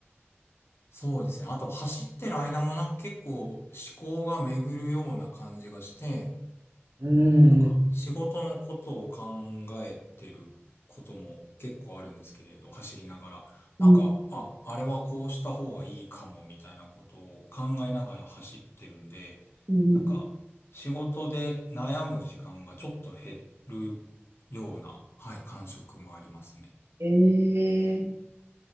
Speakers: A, on the left; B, on the right.
A: そうですね。あと走ってる間もなんか結構思考が巡るような感じがして、
B: うん。
A: なんか仕事のことを考えてることも結構あるんですけれど、走りながら。
B: うん
A: なんか、あ、あれはこうした方がいいかもみたいなことを考えながら走ってるんで、
B: うん
A: なんか仕事で悩む時間がちょっと減るような、はい、感触もありますね。
B: えー、